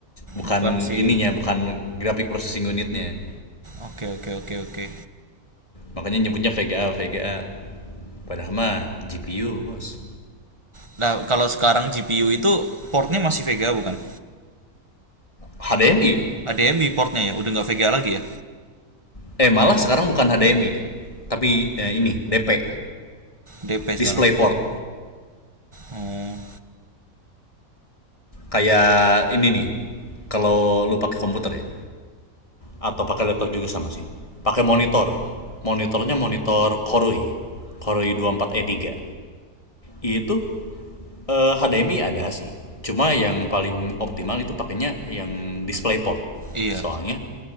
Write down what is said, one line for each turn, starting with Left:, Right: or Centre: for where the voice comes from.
Left: bukan
Right: bukan sih.
Left: ininya bukan graphic processing unitnya
Right: oke oke oke oke
Left: makanya nyebutnya VGA VGA padahal mah GPU bos
Right: nah kalau sekarang GPU itu portnya masih VGA bukan
Left: HDMI
Right: HDMI portnya ya, udah nggak VGA lagi ya,
Left: eh malah sekarang bukan HDMI tapi eh, ini DP
Right: DP
Left: DisplayPort
Right: sekarang. Oh
Left: kayak ini nih kalau lu pakai komputer ya atau pakai laptop juga sama sih pakai monitor monitornya monitor Koroi Koroi 24E3 itu eh, HDMI ada sih cuma yang paling optimal itu pakainya yang DisplayPort
Right: iya,
Left: soalnya